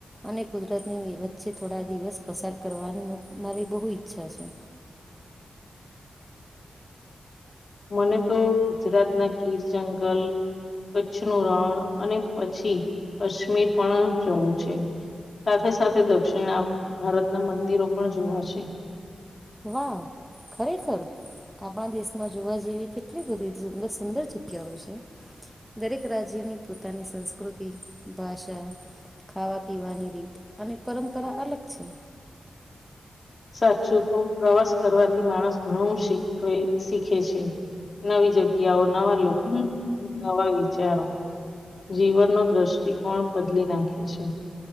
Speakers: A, in the centre; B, on the left (about 55°).
A: અને કુદરતની વચ્ચે થોડા દિવસ પસાર કરવાની મો મારી બહુ ઈચ્છા છે.
B: મને તો ગુજરાતના ગીર જંગલ કચ્છનું રણ અને પછી કશ્મીર પણ જવું છે. સાથે સાથે દક્ષિણ ભારતના મંદિરો પણ જોવા છે.
A: વાહ ખરેખર. આપણા દેશમાં જોવા જેવી કેટલી બધી સુંદર સુંદર જગ્યાઓ છે. દરેક રાજ્યની પોતાની સંસ્કૃતિ ભાષા ખાવા પીવાની રીત અને પરંપરા અલગ છે.
B: સાચું કવ પ્રવાસ કરવાથી માણસ ઘણું શીખવે શીખે છે. નવી જગ્યાઓ નવા લોકો નવા વિચારો જીવનનો દ્રષ્ટિકોણ બદલી નાખે છે.